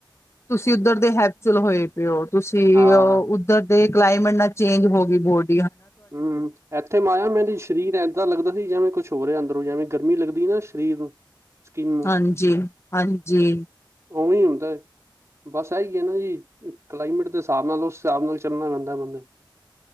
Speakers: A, on the left; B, on the right.
A: ਤੁਸੀਂ ਉੱਧਰ ਦੇ ਹੈਪਚਲ ਹੋਏ ਪਏ ਹੋ। ਤੁਸੀਂ
B: ਹਾਂ
A: ਅ ਉੱਧਰ ਦੇ ਕਲਾਈਮੇਟ ਨਾ ਚੇਂਜ ਹੋਗੀ ਬੋਟ
B: ਹੂੰ, ਐਥੇ ਮੈ ਆਯਾ ਮੈਨੂੰ ਸਰੀਰ ਏਂਜਦਾ ਲੱਗਦਾ ਸੀ ਜਿਵੇ ਕੋਛ ਹੋ ਰਿਆ ਅੰਦਰੋਂ ਜੈਵੇਂ ਗਰਮੀ ਲਗਦੀ ਏਨਾ ਸ਼ ਸ਼ਰੀਰ ਨੂੰ। ਸਕਿਨ ਨੂੰ
A: ਹਾਂਜੀ-ਹਾਂਜੀ।
B: ਓਵੇਂ ਈ ਹੁੰਦੈ ਬਸ ਐਹੀ ਹੈ ਨਾ ਜੀ ਕਲਾਈਮੇਟ ਦੇ ਸਾਬ ਨਾਲ ਐਸ ਸਾਬ ਨਾਲ ਚੱਲਣਾ ਪੈਂਦਾ ਬੰਦੇ ਨ।